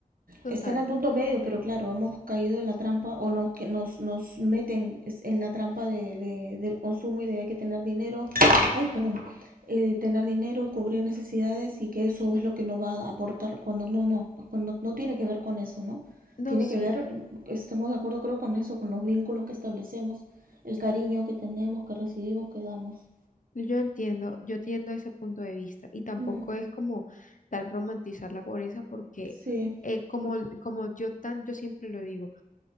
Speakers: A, on the left (about 60°); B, on the right (about 75°).
A: total.
B: Está en el punto medio, pero claro, hemos caído en la trampa o nos, que nos, nos meten en la trampa de, de- del consumo y de hay que tener dinero, ay, perdón, eh, tener dinero, cubrir necesidades y que eso es lo que nos va a aportar cuando no, no, cuando no tiene que ver con eso, ¿no?
A: No,
B: Tiene
A: sí,
B: que ver, estamos de acuerdo creo con eso, con los vínculos que establecemos, el cariño que tenemos, que recibimos, que damos.
A: yo entiendo, yo entiendo ese punto de vista y tampoco
B: Mm,
A: es como tal romantizar la pobreza porque
B: sí,
A: eh, como, como yo tan, yo siempre lo digo,